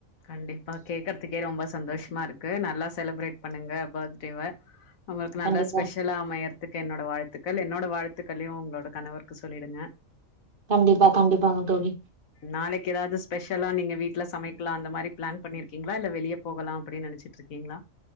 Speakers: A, on the left (about 85°); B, on the right (about 40°).
A: கண்டிப்பா கேக்குறதுக்கே ரொம்ப சந்தோஷமா இருக்கு நல்லா செலிப்ரேட் பண்ணுங்க பர்த்டேவ அவுங்களுக்கு நல்லா
B: கண்டிப்பா
A: ஸ்பெஷலா அமையறத்துக்கு என்னோட வாழ்த் த்துக்கள் என்னோட வாழ்த்துக்களையு உங்களோட கணவருக்கு சொல்லிடுங்க
B: கண்டிப்பா கண்டிப்பாங்க தோழி
A: நாளைக்கு ஏதாவது ஸ்பெஷலா நீங்க வீட்ல சமைக் க்கலா அந்த மாரி பிளான் பண்ணிருக்கீங்களா இல்ல வெளியே போகலா அப்பிடின் நெனச்சிட்டு இருக்கீங்களா